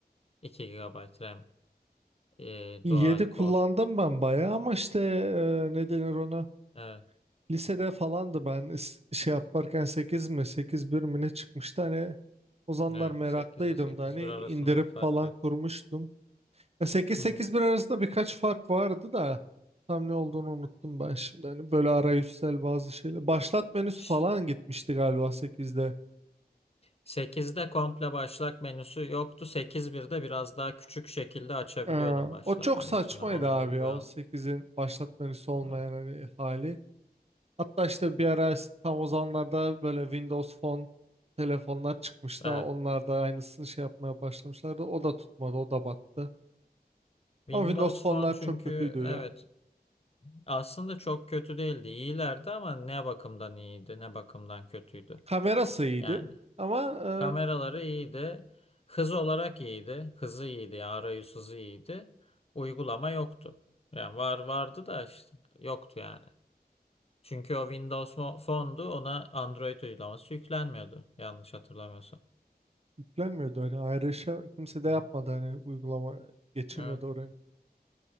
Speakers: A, on the left; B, on the right.
A: 2 gigabayt RAM, e,
B: 7
A: dual
B: kullandım
A: core.
B: ben bayağı ama işte e, ne denir ona?
A: Evet,
B: Lisede falandı ben is- şey yaparken 8 mi 8-1 mi ne çıkmıştı hani o zamanlar
A: evet.
B: meraklıydım
A: 8 ile sekiz
B: da hani
A: bir arasında
B: indirip
A: bir fark
B: falan
A: yok.
B: kurmuştum. 8
A: Hı
B: 8
A: hı.
B: bir arasında birkaç fark vardı da tam ne olduğunu unuttum ben şimdi. Hani böyle arayüzsel bazı şeyler. Başlat menüsü
A: Ş-
B: falan gitmişti galiba 8'de.
A: 8'de komple başlat menüsü yoktu. sekiz birde biraz daha küçük şekilde açabiliyordum
B: Ee,
A: başlat
B: o çok
A: menüsünü.
B: saçmaydı
A: Onun
B: abi
A: gibi
B: ya
A: bir an.
B: o 8'in başlat menüsü olmayan
A: Evet.
B: hani hali. Hatta işte bir ara tam o zamanlarda böyle Windows Phone telefonlar çıkmıştı.
A: Evet.
B: Onlar da aynısını şey yapmaya başlamışlardı. O da tutmadı, o da battı.
A: Windows
B: Ama Windows Phone'lar
A: Phone çünkü
B: çok kötüydü
A: evet
B: yani.
A: Aslında çok kötü değildi. İyilerdi ama ne bakımdan iyiydi, ne bakımdan kötüydü.
B: Kamerası iyiydi
A: Yani
B: ama e,
A: kameraları iyiydi. Hız olarak iyiydi. Hızı iyiydi, yani arayüz hızı iyiydi. Uygulama yoktu. Yani var vardı da işte yoktu yani. Çünkü o Windows mo- Phone'du, ona Android uygulaması yüklenmiyordu yanlış hatırlamıyorsam.
B: yüklenmiyordu. Hani ayrışa kimse de
A: Hı
B: yapmadı
A: hı.
B: hani uygulama geçirmedi
A: Evet.
B: oraya.